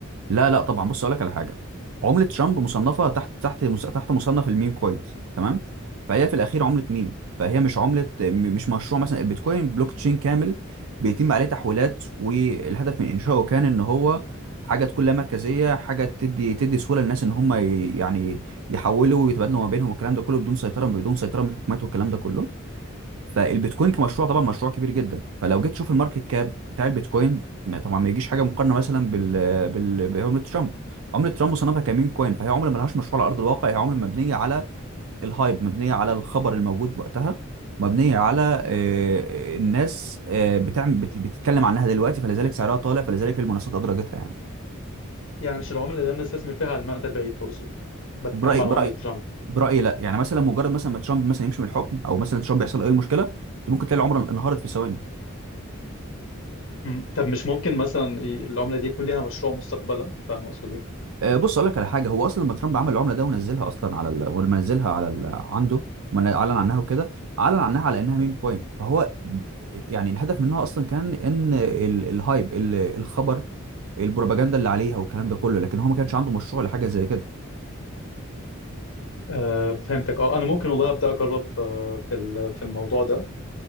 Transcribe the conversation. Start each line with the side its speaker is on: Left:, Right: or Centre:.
Right: لا لا طبعا بص اقول لك على حاجه عمله ترامب مصنفه تحت تحت مس- تحت مصنف الميم كوينز تمام فهي في الاخير عمله ميم فهي مش عمله م- مش مشروع مثلا البيتكوين بلوك تشين كامل بيتم عليه تحويلات والهدف من انشائه كان ان هو حاجه تكون لا مركزيه حاجه تدي تدي سهوله للناس ان هم ي- يعني يحولوا ويتبادلوا ما بينهم والكلام ده كله بدون سيطره بدون سيطره من الحكومات والكلام ده كله فالبيتكوين كمشروع طبعا مشروع كبير جدا فلو جيت تشوف الماركت كاب بتاع البيتكوين ما- طبعا ما يجيش حاجه مقارنه مثلا بال بال بعمله ترامب عمله ترامب صنفها كميم كوين فهي عمله ملهاش مشروع على ارض الواقع هي عمله مبنيه على الهايب مبنيه على الخبر الموجود وقتها مبنيه على آه، آه، الناس آه، بتعمل بت- بتتكلم عنها دلوقتي فلذلك سعرها طالع فلذلك المنصات ادرجتها يعني
Left: يعني مش العملة اللي أنا استثمر فيها على المدى البعيد تقصد بتكلم
Right: برايي
Left: على
Right: برايي
Left: عملة ترامب
Right: برايي لا يعني مثلا مجرد مثلا ما ترامب مثلا يمشي من الحكم او مثلا ترامب يحصل اي مشكله ممكن تلاقي العمله انهارت في ثواني
Left: مم. طب مش ممكن مثلا ي- العملة دي يكون ليها مشروع مستقبلا فاهم قصدي؟ إيه؟
Right: آه، بص اقول لك على حاجه هو اصلا لما ترامب عمل العمله ده ونزلها اصلا على ال... ولما نزلها على ال... عنده ومن- اعلن عنها وكده اعلن عنها على انها ميم كوين فهو يعني الهدف منها اصلا كان ان ال... الهايب ال... الخبر البروباجندا اللي عليها والكلام ده كله لكن هو ما كانش عنده مشروع لحاجه زي كده
Left: آه فهمتك اه أنا ممكن والله أبدأ أجرب آه في ال- في الموضوع ده